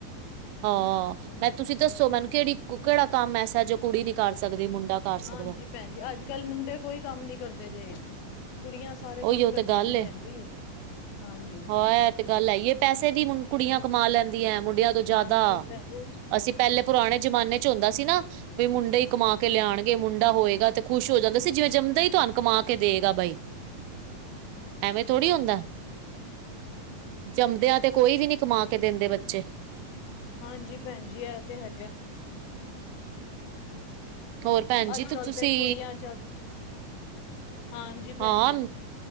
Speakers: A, on the right; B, on the left.
A: ਹਾਂ, ਮੈਂ ਤੁਸੀਂ ਦੱਸੋ ਮੈਨੂੰ ਕਿਹੜੀ ਕਿਹੜਾ ਕੰਮ ਐਸਾ ਜੋ ਕੁੜੀ ਨੀ ਕਰ ਸਕਦੀ? ਮੁੰਡਾ ਕਰ
B: ਹਾਂਜੀ
A: ਸਕਦਾ
B: ਭੈਣ ਜੀ, ਅੱਜ ਕੱਲ ਮੁੰਡੇ ਕੋਈ ਕੰਮ ਨੀ ਕਰਦੇ ਜੇ। ਕੁੜੀਆਂ ਸਾਰੇ
A: ਉਹੀਓ
B: ਕੰਮ ਕਰਦੀਆਂ
A: ਤੇ ਗੱਲ
B: ਜੇ ਭੈਣ
A: ਏ
B: ਜੀ, ਹਾਂਜੀ।
A: ਹਾਂ ਇਹ ਤੇ ਗੱਲ ਹੈਏ, ਪੈਸੇ ਵੀ ਕੁੜੀਆਂ ਕਮਾ ਲੈਂਦੀਆਂ ਹੈ ਮੁੰਡਿਆਂ ਤੋਂ ਜ਼ਿਆਦਾ,
B: ਹਾਂਜੀ ਭੈਣ
A: ਅਸੀਂ ਪਹਿਲੇ ਪੁਰਾਣੇ ਜਮਾਨੇ 'ਚ ਹੁੰਦਾ ਸੀ ਨਾ ਬਈ ਮੁੰਡਾ ਹੀ ਕਮਾ ਕੇ ਲਿਆਉਣਗੇ, ਮੁੰਡਾ ਹੋਏਗਾ ਤੇ ਖੁਸ਼ ਹੋ ਜਾਂਦਾ ਸੀ। ਜਿਵੇਂ ਜੰਮਦਾ ਹੀ ਤੁਹਾਨੂੰ ਕਮਾ ਕੇ ਦੇਗਾ ਬਾਈ ਐਵੇਂ ਥੋੜ੍ਹੀ ਹੁੰਦਾ। ਜੰਮਦਿਆਂ ਤੇ ਕੋਈ ਵੀ ਨੀ ਕਮਾ ਕੇ ਦਿੰਦੇ ਬੱਚੇ।
B: ਹਾਂਜੀ ਭੈਣ ਜ, ਇਹ ਤੇ ਹੈਗਾ।
A: ਹੋਰ ਭੈਣ ਜੀ
B: ਅੱਜ ਕੱਲ
A: ਤੁਸੀਂ
B: ਤੇ ਕੁੜੀਆਂ ਜਦ ਹਾਂਜੀ ਭੈਣ
A: ਹਾਂ,
B: ਜੀ